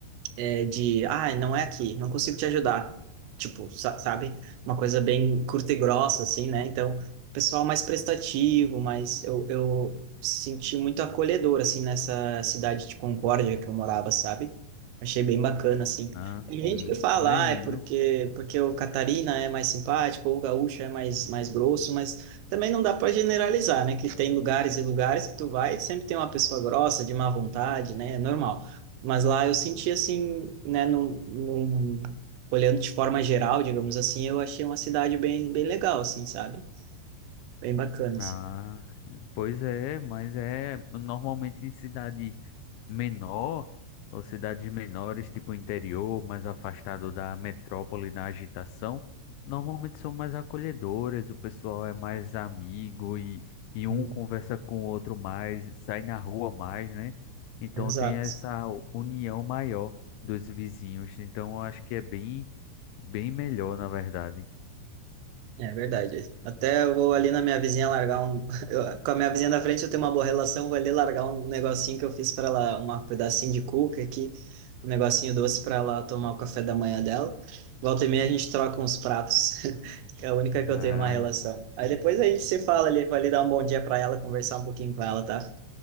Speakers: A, on the right; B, on the left.
A: é, de, ah, não é aqui, não consigo te ajudar. Tipo, sa- sabe? Uma coisa bem curta e grossa, assim, né? Então, pessoal mais prestativo, mas eu, eu senti muito acolhedor, assim, nessa cidade de Concórdia que eu morava, sabe? Achei bem bacana, assim.
B: Ah,
A: Tem
B: sim,
A: gente que fala,
B: imagino.
A: ah, é porque, porque o Catarina é mais simpático, ou o Gaúcho é mais, mais grosso, mas também não dá para generalizar, né? Que tem lugares e lugares que tu vai e sempre tem uma pessoa grossa, de má vontade, né? É normal. Mas lá eu senti assim, né, num, num- olhando de forma geral, digamos assim, eu achei uma cidade bem, bem legal, assim, sabe? Bem bacana, assim.
B: Ah, pois é, mas é normalmente em cidade menor ou cidades menores, tipo interior, mais afastado da metrópole, da agitação, normalmente são mais acolhedoras, o pessoal é mais amigo e, e um
A: Uhum.
B: conversa com o outro mais, sai na rua mais, né? Então
A: Exato.
B: tem essa união maior dos vizinhos, então eu acho que é bem, bem melhor, na verdade.
A: É verdade. Até eu vou ali na minha vizinha largar um. <laughs> eu- com a minha vizinha da frente eu tenho uma boa relação, vou ali largar um negocinho que eu fiz para ela, um pedacinho de cuca aqui, um negocinho doce para ela tomar o café da manhã dela. Volta e meia a gente troca uns pratos, <laughs> que é a única que
B: Ah,
A: eu tenho uma relação. Aí depois a gente se fala ali, vou ali dar um bom dia para ela, conversar um pouquinho com ela, tá?